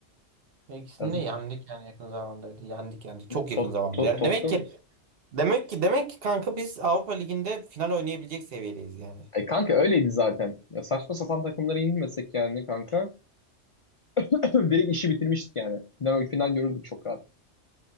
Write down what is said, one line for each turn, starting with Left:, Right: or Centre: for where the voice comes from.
Right: Ya İkisini
Left: Ya,
Right: de yendik yani yakın zamanda öyle. Yendik yani çok
Left: tot,
Right: yakın zamanda.
Left: tot,
Right: Yani
Left: Tottenham.
Right: demek ki demek ki demek ki kanka biz Avrupa Ligi'nde final oynayabilecek seviyedeyiz yani.
Left: E kanka öyleydi zaten. Ya saçma sapan takımlara inmesek yani kanka. <clears throat> Direkt işi bitirmiştik yani. Final, final görürdük çok rahat.